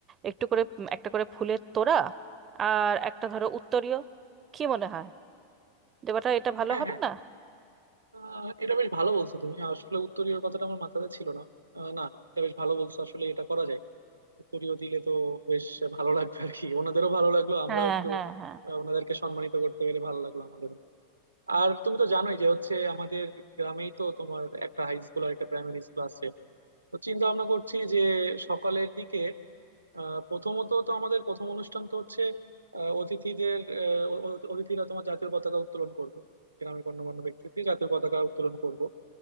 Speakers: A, on the right; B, on the right.
A: একটু করে উম, একটা করে ফুলের তোড়া আর একটা ধরো উত্তরীয় কি মনে হয় দেবাটা এটা ভালো
B: হ্যাঁ
A: হবে
B: হ্যাঁ
A: না
B: আহ, এটা বেশ ভালো বলছো তুমি আসলে উত্তরীয় কথাটা আমার মাথাতে ছিল না আহ, না এটা বেশ ভালো বলছো আসলে এটা করা যায় উত্তরীয় দিলে তো বেশ ভালো লাগবে আর কি ওনাদেরও ভালো লাগলো আমরাও
A: হ্যাঁ
B: একটু
A: হ্যাঁ হ্যাঁ
B: আহ, ওনাদেরকে সম্মানিত করতে পেরে ভালো লাগলো আমাদের আর তুমি তো জানোই যে হচ্ছে আমাদের গ্রামেই তো তোমার একটা হাই স্কুল আর একটা প্রাইমারি স্কুল আছে তো চিন্তা ভাবনা করছি যে সকালের দিকে আহ, প্রথমত তো আমাদের প্রথম অনুষ্ঠান তো হচ্ছে আহ, অতিথিদের আহ, অ- অ- অতিথিরা তোমার জাতীয় পতাকা উত্তোলন করবে গ্রামের গণ্যমান্য ব্যক্তিদের জাতীয় পতাকা উত্তোলন করব